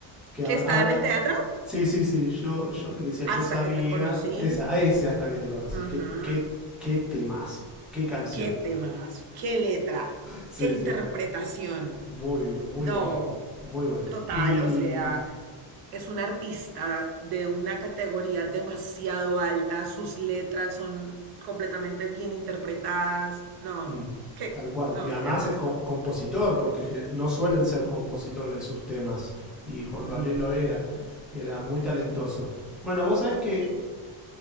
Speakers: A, in the centre; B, on the right (about 55°).
A: Que
B: ¿Que
A: ha-
B: está
A: habla...
B: en el teatro?
A: Sí, sí, sí, yo, yo que decía,
B: Hasta
A: yo sabía,
B: que te conocí.
A: esa, a ese hasta que te conocí,
B: Ujú.
A: qué, qué, qué temazo, qué canción.
B: ¿Qué temas? ¿Qué letra?
A: Sí,
B: ¿Qué interpretación?
A: sí, muy, muy
B: No,
A: bueno, muy bueno.
B: total,
A: Y
B: o sea, es un artista de una categoría demasiado alta, sus letras son completamente bien interpretadas. No,
A: mm,
B: no, qué,
A: tal cual.
B: no,
A: Y además
B: qué artista.
A: es co- compositor, porque ge- no suelen ser compositores de sus temas. Y Juan
B: Ujú.
A: Gabriel lo era, era muy talentoso. Bueno, vos sabés que,
B: Y,